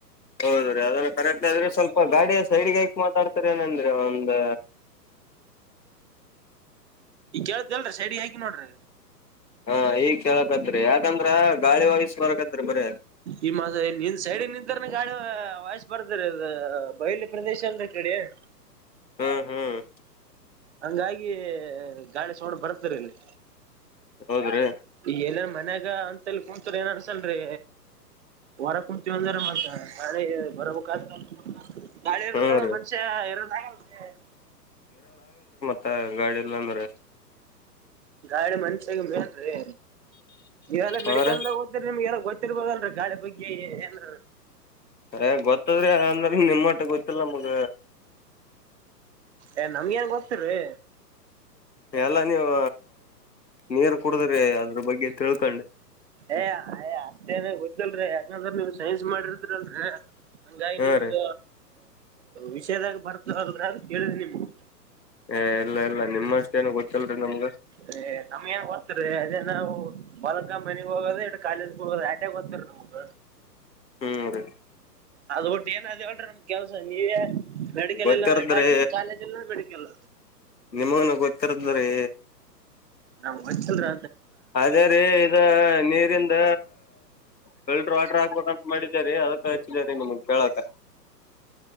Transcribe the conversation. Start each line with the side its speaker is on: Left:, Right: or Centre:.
Left: ಹೌದ್ರೀ ಅದಲ್ಲ ಕರೆಕ್ಟ್ ಆದ್ರೆ ಸ್ವಲ್ಪ ಗಾಡಿ ಸೈಡ್ಗಿ ಹಾಕಿ ಮಾತಾಡ್ತರಿ ಏನಂದ್ರಿ ಒಂದ್.
Right: ಈ ಕೆಳತದಲ್ರಿ ಸೈಡ್ಗಿ ಹಾಕಿ ನೋಡ್ರಿ.
Left: ಹಾ ಈಗ್ ಕೇಳಾಕತ್ರಿ ಯಾಕಂದ್ರ ಗಾಳಿ ವಯಿಸ ಬರಕತ್ರಿ ಬರ.
Right: ಈ ಮಾಸ ನಿಂದ ಸೈಡ ನಿಂತಾರನ ಗಾಳಿ ವಯಸ್ ಬರ್ತರಿ ಅದ ಬಯಲಿ ಪ್ರದೇಶ ಅಲ್ರ ಕಡೆ <inaudible>
Left: ಹ್ಮ್ ಹ್ಮ್.
Right: ಹಂಗಾಗಿ ಗಾಳಿ ಸೌಂಡ್ ಬರತ್ತರಿ ಇಲ್ಲಿ.
Left: ಹೌದ್ರೀ.
Right: ಈ ಎಲ್ಲನ್ ಮನ್ಯಾಗ ಅಂತಲ್ಲಿ ಕುಂತ್ರ ಏನ್ ಅನ್ಸಲ್ರರಿ ಹೊರ ಕುಂತೀವ ಅಂದ್ರ ಮತ್ತ ಗಾಳಿ ಬರಬೆಕಾಯ್ತದ. ಗಾಳಿ ಇರ್ಲಿಕಂದ್ರಾ
Left: ಹ್ಮ ರೀ
Right: ಮನುಷ್ಯ ಇರ್ಲ. ಹಾ <inaudible>
Left: ಹ ಗಾಡಿ ಇಲ್ಲ ಅಂದ್ರ.
Right: ಗಾಡಿ ಮನುಷ್ಯಾಗ ಮೆನ್ರಿ. ಏಲ್ಲ
Left: ಹಾ
Right: ಮೆಡಿಕಲ್ದಾಗ
Left: ರೀ
Right: ಒದ್ರಿ ನಿಮಗೆಲ್ಲ ಗೊತ್ತ. ರ್ಬೋದಲ್ರರಿ ಗಾಳಿ ಬಗ್ಗೆ ಏನ.
Left: ಹ ಗೊತ್ತದ್ರೆ ಅಂದ್ರ. ನಿಮ್ಮಟ ಗೊತ್ತಲ್ಲ ಮಗ
Right: ಏ ನಮ್ಗ ನ್ ಗೊತ್ತರಿ
Left: ಎಲ್ಲ ನೀವು ನೀರ್ ಕುಡದ್ರಿ ಅದ ಅ್ರ ಬಗ್ಗೆ ತಿಳ್ಕೊಂಡು
Right: ಏ ಅಯ ಅಷ್ಟೇನ ಗೊತ್ತಲ್ರಿ ಯಾಕಂದ್ರ ನೀವ್ ಸೈನ್ಸ್ ಮಾಡಿರ್ತಿರಿಲ್ರರಿ ಹಂಗಾಗಿ
Left: ಹಾ
Right: ನಿಮ್ದ
Left: ರೀ
Right: ವಿಷೇದಾಗ ಬರ್ತ ಹದ್ರ ಅ ಕೇಳಿದ ನಿಮಗೆ
Left: ಹ ಎಲ್ಲ ಇಲ್ಲ ನಿಮ್ಮಷ್ಟ ಅೇನ ಗೊತ್ತಲ್ರಿ ನಮ್ಗ
Right: ಅ ನಮ್ಗ ನ್ ಓ್ತರಿೀ ಅದೇ ನಾವು ಬಾಲಗ ಮನೆಗ್ ಹೋಗೋದ ಇ ಕಾಲೇಜ್ಗೆ ಹೋಗೋದ ಆಟ್ಯಾಗ ್ತರಿ ನಮಗ
Left: ಹ್ಮ್ ಅದೇ
Right: ಅದ್ಬಟ್ಟು ಏನಾದ್ ಹೇಳ್ರಿ ಒಮ್ದ್ ಕೆಲ್ಸ ನೀವೇ ಮೆಡಿಕಲ್
Left: ಗೊತ್ತಿರದ್ರೆ
Right: ಇಲ್ಲ ಅಂದ್ರೆ ಕಾಲೇಜ್ ಕಾಲೇಜ್ ಇಲ್ಲ ಮೆಡಿಕಲ್
Left: ನಿಮಗನು ಗೊತ್ತಿರದ್ರಿ
Right: ನಾವು ಹಚ್ಚಲ್ರ
Left: ಅದೇ ರೀ ಇದ ನೀರಿಂದ ಫಿಲ್ಟರ್ ವಾಟರ್ ಹಾಕ್ಬೇಕಂತ ಮಾಡಿದರಿ ಅದಕ್ಕ ಹಚ್ಚಿದ ರೀ ನಿಮಗ್ ಕೇಳಕ